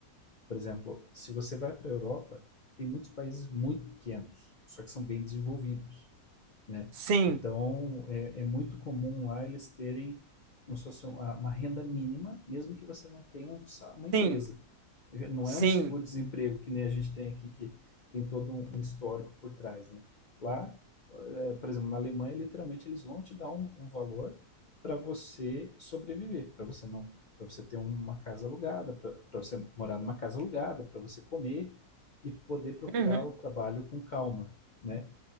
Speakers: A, on the left; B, on the right.
A: Por exemplo, se você vai para a Europa, tem muitos países muito pequenos, só que são bem desenvolvidos. né?
B: Sim,
A: Então, é, é muito comum lá eles terem como se fosse uma, uma renda mínima, mesmo que você não tenha um uma empresa.
B: sim,
A: Não
B: sim,
A: é um seguro-desemprego que nem a gente tem aqui, que tem todo um um histórico por trás, né? Lá, eh, por exemplo, na Alemanha, literalmente eles vão te dar um, um valor para você sobreviver, para você não, para você ter uma casa alugada, para você morar numa casa alugada, para você comer e poder procurar
B: Uhum.
A: o trabalho com calma, né?